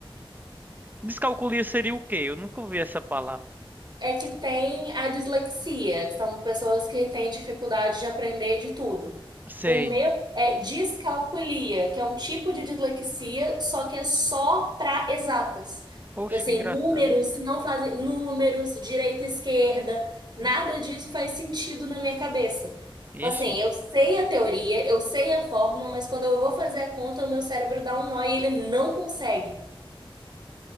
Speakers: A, on the right; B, on the right.
A: Descalculia seria o quê? Eu nunca ouvi essa palavra.
B: É que tem a dislexia, que são pessoas que têm dificuldade de aprender de tudo.
A: Sei.
B: O meu é descalculia, que é um tipo de dislexia, só que é só para exatas.
A: Poxa,
B: Assim,
A: que engraçado.
B: números não fazem números, direita e esquerda, nada disso faz sentido na minha cabeça. Assim,
A: Ixi.
B: eu sei a teoria, eu sei a fórmula, mas quando eu vou fazer a conta, o meu cérebro dá um nó e ele não consegue